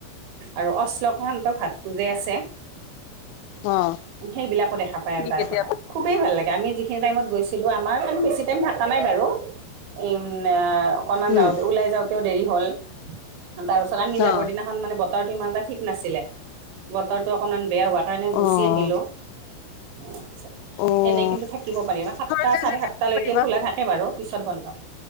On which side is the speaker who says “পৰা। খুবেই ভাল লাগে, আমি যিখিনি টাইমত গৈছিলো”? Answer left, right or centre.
Right